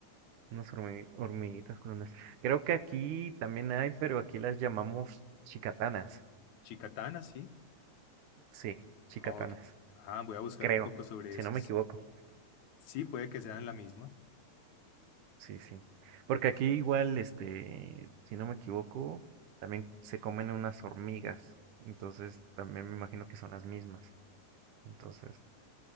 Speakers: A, on the right; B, on the left.
A: unas hormi- hormiguitas con unas. Creo que aquí también hay, pero aquí las llamamos chicatanas.
B: Chicatanas, sí.
A: Sí, chicatanas.
B: Ok. Ah, voy a buscar
A: Creo,
B: un poco sobre
A: si
B: eso.
A: no
B: S-
A: me equivoco.
B: Sí, puede que sean la misma.
A: Sí, sí. Porque aquí igual, este, si no me equivoco, también se comen unas hormigas. Entonces, también me imagino que son las mismas. Entonces,